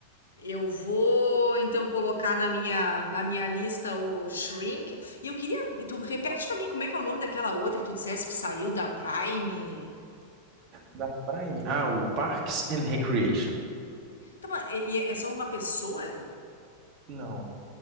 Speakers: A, on the left (about 70°); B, on the right (about 35°).
A: Eu vou então colocar na minha, na minha lista o Shrink. E eu queria. e Tu repete pra mim como é que é o nome daquela outra que tu dissesse que saiu da Prime.
B: Da Prime. Ah, o Parks and Recreation.
A: Tá, mas e- e é só uma pessoa?
B: Não,